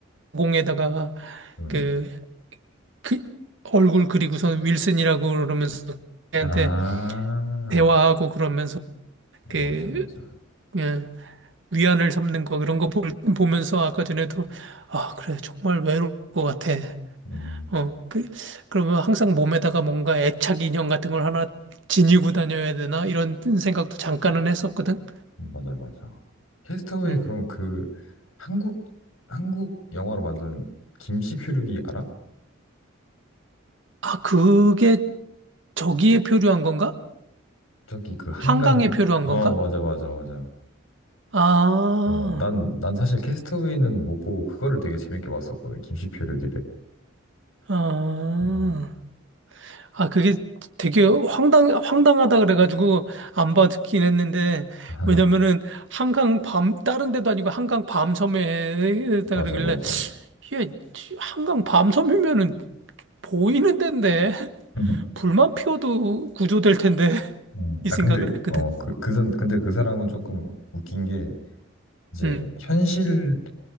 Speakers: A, on the right; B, on the left.
A: 공에다가
B: 음.
A: 그, 그 얼굴 그리고선 윌슨이라고 그러면서 걔한테
B: 아,
A: 대화하고 그러면서 그,
B: 맞아, 맞아.
A: 그냥 위안을 삼는 거 그런 거 볼, 보면서 아까 전에도 아, 그래. 정말 외로울 것 같아.
B: 음,
A: 어, 그, 그러면 항상 몸에다가 뭔가 애착 인형 같은 걸 하나 지니고 다녀야 되나? 이런 생각도 잠깐은 했었거든.
B: 맞아, 맞아. 캐스터웨이
A: 음.
B: 그럼 그 한국, 한국 영화로 만든 김씨 표류기 알아?
A: 아, 그게 저기에 표류한 건가?
B: 저기 그 한강
A: 한강에 표류한
B: 어
A: 건가?
B: 맞아 맞아 맞아
A: 아,
B: 어 난 난 사실 캐스터웨이는 못 보고 그거를 되게 재밌게 봤었거든 김시표류기를
A: 아,
B: 음.
A: 아, 그게 되게 황당, 황당하다 그래가지고 안 받긴 했는데,
B: <laughs>
A: 왜냐면은 한강 밤, 다른 데도 아니고 한강 밤섬에 했다
B: 맞아
A: 그러길래,
B: 맞아
A: 예, 한강 밤섬이면은 보이는 데인데.
B: <laughs>
A: 불만 피워도 구조될 텐데 <laughs>
B: 음.
A: 이
B: 아
A: 생각을
B: 근데
A: 했거든.
B: 어그그 근데 그 사람은 조금 웃긴 게 이제
A: 음,
B: 현실에